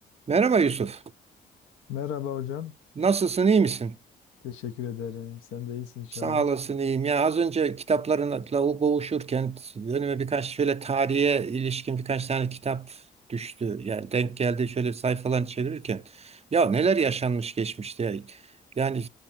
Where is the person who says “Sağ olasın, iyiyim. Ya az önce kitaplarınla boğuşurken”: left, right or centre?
Right